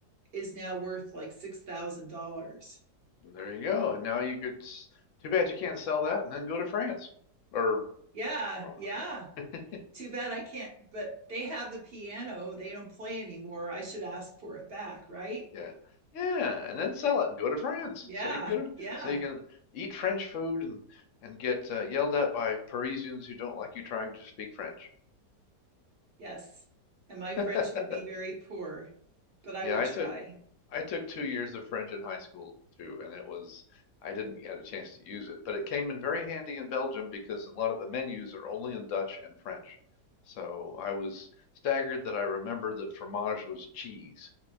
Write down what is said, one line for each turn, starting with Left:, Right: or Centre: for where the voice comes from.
Right: is now worth like $6,000.
Left: There you go. And now you could. s- Too bad you can't sell that and then go to France. Or,
Right: Yeah,
Left: or
Right: yeah.
Left: <laughs>
Right: Too bad I can't, but they have the piano. They don't play anymore. I should ask for it back, right?
Left: yeah, yeah, and then sell it and go to France.
Right: Yeah,
Left: So you go to,
Right: yeah,
Left: so you can eat French food and and get uh, yelled at by Parisians who don't like you trying to speak French.
Right: yes. And my
Left: <laughs>
Right: French would be very poor, but I
Left: Yeah,
Right: would
Left: I
Right: try.
Left: took I took two years of French in high school too, and it was I didn't get a chance to use it, but it came in very handy in Belgium because a lot of the menus are only in Dutch and French. So I was staggered that I remembered that fromage was cheese.